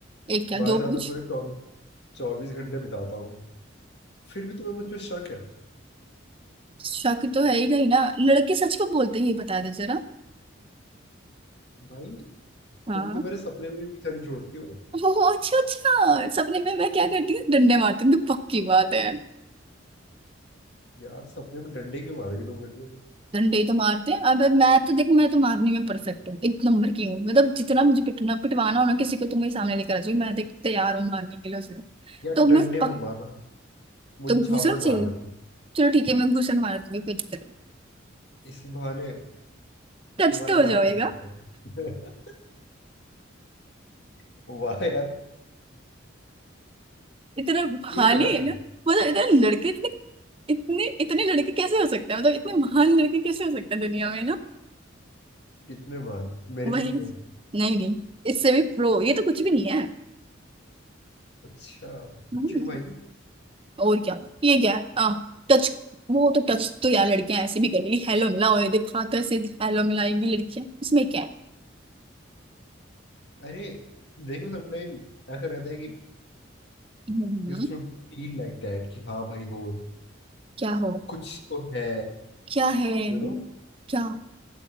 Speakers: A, on the right; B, on the left.
A: एक क्या
B: तुम्हारे
A: दो
B: साथ
A: पूछ
B: में पूरे चौबीस चौबीस घंटे बिताता हूँ फिर भी तुम्हें मुझ पर शक है
A: शक तो है ही नहीं ना लड़के सच को बोलते ही बता दे जरा
B: भाई
A: हाँ
B: तुम तो मेरे सपने में भी पीछा नहीं छोड़ती हो
A: ओह अच्छा अच्छा सपने में मैं क्या करती हूँ डंडे मारती हूँ तो पक्की बात है
B: यार सपने में डंडे क्यों मारोगी तुम मेरे को
A: डंडे तो मारते हैं अब मैं तो देख मैं तो मारने में परफेक्ट हूँ एक नंबर की हूँ मतलब जितना मुझे पिटना पिटवाना हो ना किसी को तो मेरे सामने लेकर आ जाओ मैं देख तैयार हूँ मारने के लिए उसे
B: यार
A: तो मैं
B: डंडे
A: पक
B: मत मारना मुझे
A: तो घूसन
B: झापट
A: चाहिए
B: मार लेना
A: चलो ठीक है मैं घूसन मार दूंगी कोई दिक्कत
B: इसी बहाने
A: नहीं टच
B: तुम्हारा
A: तो हो
B: हाथ
A: जाएगा
B: तो दिखता है <laughs> वाह यार
A: इतना बहाने
B: तेज हो यार
A: है
B: तुम
A: ना मतलब इतने लड़के इतने इतने इतने लड़के कैसे हो सकते हैं मतलब इतने महान लड़के कैसे हो सकते हैं दुनिया में ना
B: कितने मान मेरे
A: वही
B: जितने
A: नहीं नहीं इससे भी प्रो ये तो कुछ भी नहीं है
B: अच्छा
A: हम्म।
B: क्यों भाई
A: और क्या ये क्या है हाँ टच वो तो टच तो यार लड़कियां ऐसे भी कर लेगी हेलो मिला और देखा कैसे हेलो मिलाएंगी लड़कियां इसमें क्या है
B: अरे देखो समटाइम ऐसा रहता है कि
A: हम्म,
B: you should feel like that कि हाँ भाई हो
A: क्या हो
B: कुछ तो है
A: क्या है
B: यू नो
A: क्या